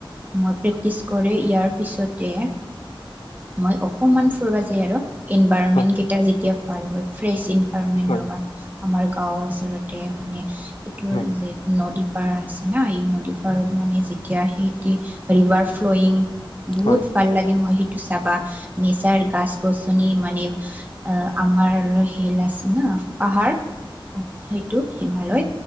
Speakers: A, on the right; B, on the left.
A: মই প্ৰেক্টিছ কৰে ইয়াৰ পিছতে মই অকণমান ফুব যায় আৰু ইনভাইৰণমেন্ট
B: হয়
A: কেইটা যেতিয়া ভাল হয় ফ্ৰেছ ইন
B: হয়
A: লবা আমাৰ গাও আচলতে মানে সেইটো
B: হয় হয়
A: যে নদী পাৰ আছে না এই নদী পাৰত মানে যেতিয়া সেইতি ৰিভাৰ ফ্লয়িং বহুত
B: হয়
A: ভাল লাগে মই সেই ুচাবা নেচাৰ গছ গ চুনি মানে অ আমাৰ হেল আছে ন পাহাৰ সেইটো হিমালয়